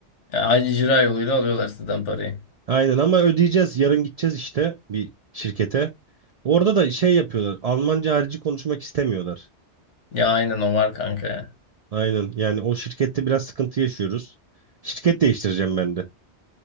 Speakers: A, on the left (about 85°); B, on the right (about 65°).
A: Ya icra yoluyla alıyorlar sizden parayı.
B: Aynen ama ödeyeceğiz. Yarın gideceğiz işte bir şirkete. Orada da şey yapıyorlar. Almanca harici konuşmak istemiyorlar.
A: Ya aynen o var kanka ya.
B: Aynen yani o şirkette biraz sıkıntı yaşıyoruz. Şirket değiştireceğim ben de.